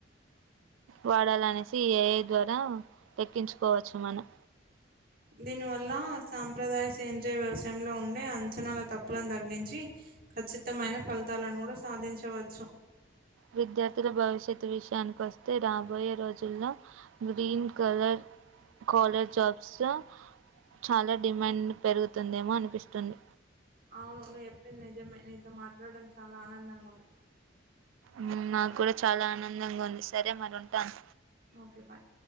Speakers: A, on the right; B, on the right.
A: వాడాలనేసి ఈ ఏఐ ద్వారా లెక్కించుకోవచ్చు మనం
B: దీని వల్ల సాంప్రదాయ సేంద్రయ వ్యవసాయంలో ఉండే అంచనాల తప్పులను తగ్గించి ఖచ్చితమైన ఫలితాలను కూడా సాధించవచ్చు
A: విద్యార్థుల భవిష్యత్ విషయానికోస్తే రాబోయే రోజుల్లో గ్రీన్ కలర్ కాలేజ్ జాబ్స్ లో చాలా డిమాండ్ పెరుగుతుందేమో అనిపిస్తుంది
B: అవును నువ్ చెప్పింది నిజమే నీతో మాట్లాడడం చాలా ఆనందంగా ఉంది
A: మ్ నాకు కూడా చాలా ఆనందంగా ఉంది సరే మరి ఉంటాను
B: ఓకే బాయ్